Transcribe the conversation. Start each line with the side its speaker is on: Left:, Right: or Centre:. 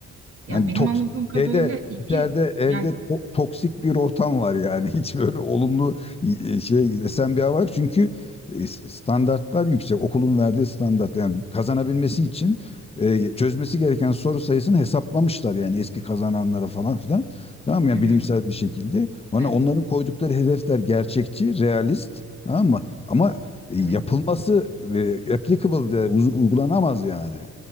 Left: Hani
Right: Ya benim
Left: toks
Right: anladığım kadarıyla
Left: şeyde
Right: iki
Left: içeride evde
Right: yani
Left: to- toksik bir ortam var yani. <laughs> Hiç böyle olumlu e, şey esen bir hava yok. Çünkü e, standartlar yüksek. Okulun verdiği standart yani kazanabilmesi için e, çözmesi gereken soru sayısını hesaplamışlar yani eski kazananlara falan filan. Tamam mı? Yani
Right: hı hı.
Left: bilimsel bir şekilde. Ona
Right: Evet.
Left: onların koydukları hedefler gerçekçi, realist. Tamam mı? Ama e,
Right: evet.
Left: yapılması e, applicable de uz- uygulanamaz yani.